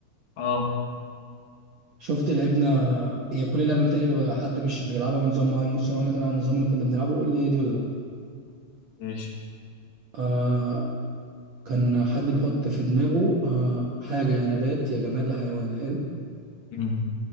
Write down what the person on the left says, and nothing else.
اه
ماشي
مم.